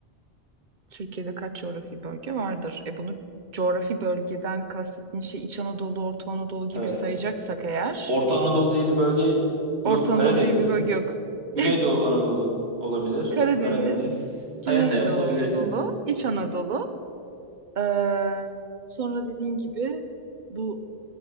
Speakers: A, on the right; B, on the right.
A: Türkiye'de kaç coğrafi bölge vardır? E bunu coğrafi bölgeden kastettiğin şey İç Anadolu, Orta Anadolu gibi
B: Evet.
A: sayacaksak eğer,
B: Orta Anadolu diye bir bölge yok.
A: Orta
B: Karadeniz.
A: Anadolu diye bir bölge yok.
B: Güneydoğu
A: <laughs>
B: Anadolu olabilir.
A: Karadeniz,
B: Karadeniz. Saya
A: Güneydoğu
B: saya bulabilirsin.
A: Anadolu, İç Anadolu. Ee, sonra dediğin gibi bu